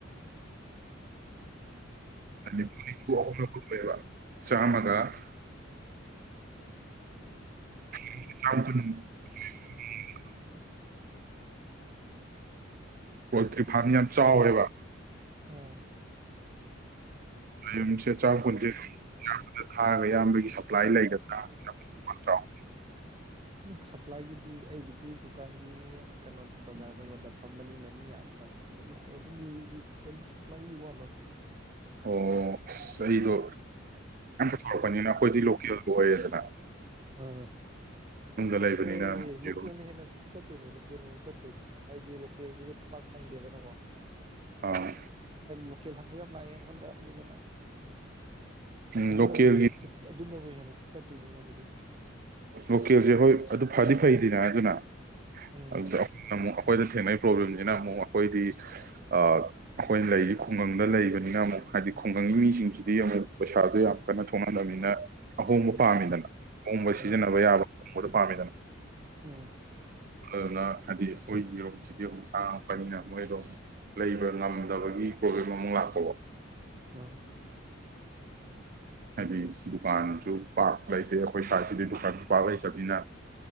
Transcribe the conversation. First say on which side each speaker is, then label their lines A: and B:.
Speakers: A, on the right (about 45°); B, on the right (about 25°).
A: ꯀ ꯂꯤꯐꯨ ꯑꯐꯨꯐꯨꯕ ꯆꯥꯃꯒ
B: ꯑꯥ
A: <inaudible> ꯎ
B: <inaudible>
A: ꯄꯣꯜꯇ꯭ꯔꯤ ꯐꯥꯔꯝ ꯌꯥꯝ ꯆꯥꯎꯔꯦꯕ
B: ꯑꯝ
A: ꯨꯝꯁꯦ ꯆꯥꯡ ꯀꯨꯟꯁꯦ ꯑꯗꯨꯌꯥꯝꯕꯗ ꯊꯥꯔꯒ ꯏꯌꯥꯝꯕꯒꯤ ꯁꯄ꯭ꯂꯥꯏ ꯂꯩꯒꯗ꯭ꯔꯥ ꯌꯥꯝ ꯆꯥꯎ
B: ꯎꯝ ꯁꯄ꯭ꯂꯥꯏꯒꯤꯗꯤ ꯑꯩꯒꯤꯗꯤ ꯗꯨꯀꯥꯟꯒꯤ ꯀꯩꯅꯣꯗ ꯕꯖꯥꯔ ꯃꯉꯣꯟꯗ ꯐꯝꯕꯅꯤꯅ ꯃꯤ ꯌꯥꯝꯅ ꯑꯗꯨꯝ ꯂꯥꯛꯑꯦ ꯑꯗꯨꯝ ꯑꯗꯨꯝ ꯁꯄ꯭ꯂꯥꯏꯗꯤ ꯋꯥꯠꯂꯣꯏ
A: ꯑꯣ ꯑꯩꯗꯣ ꯇꯧꯔꯛꯄꯅꯤꯅ ꯑꯩꯈꯣꯏꯗꯤ ꯂꯣꯀꯦꯜꯗꯣ ꯑꯣꯏꯌꯦꯦꯗꯅ
B: ꯑꯥ
A: ꯂꯩꯕꯅꯤꯅ
B: ꯑꯦ ꯂꯣꯀꯦꯜꯅ
A: ꯌꯦꯔꯨꯝ
B: ꯍꯦꯟꯅ ꯆꯠꯇꯣꯏꯅꯦ ꯂꯣꯀꯦꯜꯅ ꯍꯦꯟꯅ ꯆꯠꯇꯣꯏꯅꯦ ꯍꯥꯏꯗꯤ ꯂꯣꯀꯦꯜꯁꯤꯗꯤ ꯄꯥꯛ ꯐꯪꯗꯦꯗ ꯀꯣ
A: ꯑꯥ
B: ꯂꯣꯀꯦꯜ ꯍꯪꯕ ꯌꯥꯝ ꯃꯥꯛꯌꯦ ꯑꯩꯉꯣꯟꯗ ꯑꯗꯨꯗꯨꯅ
A: ꯎꯝ
B: ꯑꯗꯨꯅꯕꯨ
A: ꯂꯣꯀꯦꯜꯒꯤ
B: ꯍꯦꯟꯅ ꯆꯠ ꯑꯗꯨꯅꯕꯨ ꯍꯦꯟꯅ ꯆꯠꯇꯨꯣꯏꯅꯦꯉꯣꯟꯗꯗꯤ
A: ꯂꯣꯀꯦꯜꯁꯦ ꯍꯣꯏ ꯑꯗꯨ ꯐꯗꯤ ꯐꯩꯗꯤꯅꯦ ꯑꯗꯨꯅ
B: ꯎꯝ
A: ꯑꯗꯨ ꯑꯩꯈꯣꯏꯗ ꯊꯦꯡꯅꯩ ꯄꯣ꯭ꯂꯦꯝꯁꯤꯅ ꯑꯃꯨꯛ ꯍꯣꯏꯗꯤ ꯑꯩꯈꯣꯏꯅ ꯂꯩꯔꯤ ꯈꯨꯡꯒꯪꯗ ꯂꯩꯕꯅꯤꯅ ꯑꯃꯨꯛ ꯍꯥꯏꯗꯤ ꯈꯨꯡꯒꯪꯒꯤ ꯃꯤꯁꯤꯡꯁꯤꯗꯤ ꯑꯃꯨꯛ ꯄꯩꯁꯥꯗꯣ ꯌꯥꯝ ꯀꯟꯅ ꯊꯣꯛꯍꯟꯂꯕꯅꯤꯅ ꯑꯍꯣꯡꯕ
B: ꯎꯝ
A: ꯄꯥꯝꯃꯤꯗꯅ ꯑꯍꯣꯡꯕ ꯁꯤꯖꯤꯟꯅꯕ
B: ꯑꯥ
A: ꯌꯥꯕ ꯐꯥꯝꯗꯅ
B: ꯎꯝ
A: ꯑꯗꯨꯅ ꯍꯥꯏꯗꯤ ꯑꯩꯈꯣꯏ ꯌꯦꯔꯣꯁꯤꯗꯤ ꯑꯃꯝꯛ ꯍꯥꯡꯉꯛꯄꯅꯤꯅ ꯃꯣꯏꯗꯣ ꯑꯗꯨꯝ ꯂꯩꯕ ꯉꯝꯗꯕꯒꯤ ꯄ꯭ꯔꯣꯕ꯭ꯂꯦꯝ ꯑꯃꯨꯛ ꯂꯥꯛꯄꯧꯕ
B: ꯑ
A: ꯍꯥꯏꯗꯤ ꯗꯨꯀꯥꯟꯁꯨ ꯄꯥꯛꯄ ꯂꯩꯇꯦ ꯑꯩꯈꯣꯏ ꯁꯥꯏꯠꯁꯤꯗꯤ ꯗꯨꯀꯥꯟꯁꯨ ꯄꯥꯛꯄ ꯂꯩꯇꯕꯅꯤꯅ